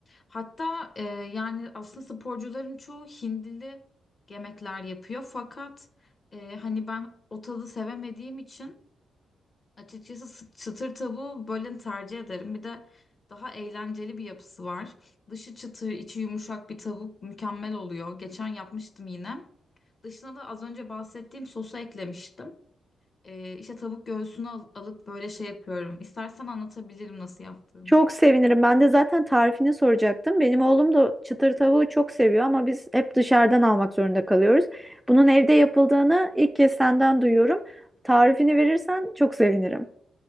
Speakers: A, on the left; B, in the centre.
A: Hatta e, yani aslında sporcuların çoğu hindili yemekler yapıyor. Fakat e, hani ben o tadı sevemediğim için açıkçası s- çıtır tavuğu böyle tercih ederim. Bir de daha eğlenceli bir yapısı var. Dışı çıtır, içi yumuşak bir tavuk mükemmel oluyor. Geçen yapmıştım yine. Dışına da az önce bahsettiğim sosu eklemiştim. E, işte tavuk göğsünü al- alıp böyle şey yapıyorum. İstersen anlatabilirim nasıl yaptığımı.
B: Çok sevinirim. Ben de zaten tarifini soracaktım. Benim oğlum da çıtır tavuğu çok seviyor ama biz hep dışarıdan almak zorunda kalıyoruz. Bunun evde yapıldığını ilk kez senden duyuyorum. Tarifini verirsen çok sevinirim.